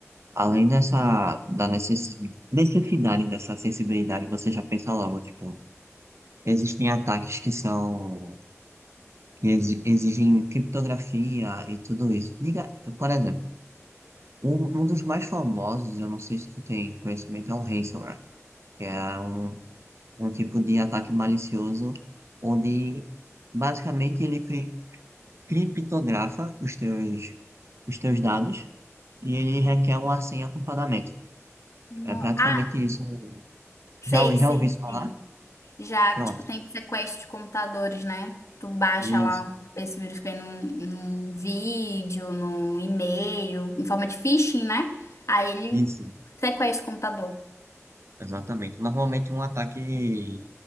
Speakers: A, on the right (about 60°); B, on the left (about 65°).
A: além dessa da necessi- necessidade dessa sensibilidade, você já pensa logo, tipo, existem ataques que são que exi- exigem criptografia e tudo isso. Diga, por exemplo, um, um dos mais famosos, eu não sei se tu tem conhecimento, é o ransomware, que é um um tipo de ataque malicioso, onde basicamente ele cri- criptografa os teus, os teus dados e ele requer uma senha com pagamento.
B: No-
A: É praticamente
B: ah,
A: isso.
B: sei,
A: Já, já
B: sei,
A: ouvi isso falar?
B: sei. Já
A: Pronto.
B: que, tipo, tem sequestro de computadores, né? Tu baixa
A: Isso,
B: lá esse vírus que vem num, num vídeo, num e-mail, em forma de phishing, né? Aí ele
A: isso,
B: sequestra o computador.
A: exatamente. Normalmente um ataque,